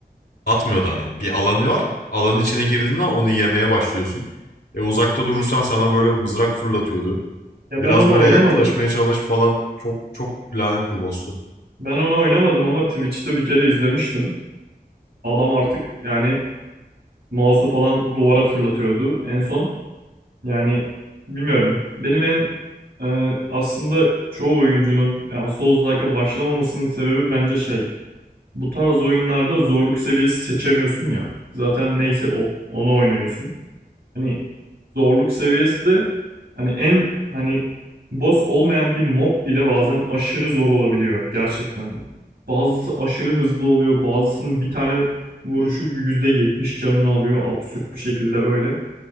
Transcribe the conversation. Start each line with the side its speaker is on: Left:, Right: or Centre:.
Left: Atmıyordu hani. Bir alanı var. Alanın içine girdiğinde onu yemeye başlıyorsun. E, uzakta durursan sana böyle mızrak fırlatıyordu.
Right: Ya
Left: Biraz
Right: ben onu
Left: böyle
Right: oynamadım.
Left: yaklaşmaya çalış falan çok çok lanet bir boss'tu.
Right: Ben onu oynamadım ama Twitch'te bir kere izlemiştim. Adam artık yani mouse'u falan duvara fırlatıyordu en son. Yani bilmiyorum. Benim en e, aslında çoğu oyuncunun yani Souls-like'a başlamamasının sebebi bence şey. Bu tarz oyunlarda zorluk seviyesi seçemiyorsun ya. Zaten neyse o. Onu oynuyorsun. Hani zorluk seviyesi de hani en hani boss olmayan bir mob bile bazen aşırı zor olabiliyor gerçekten. Bazısı aşırı hızlı oluyor, bazısının bir tane vuruşu %70 canını alıyor absürt bir şekilde böyle.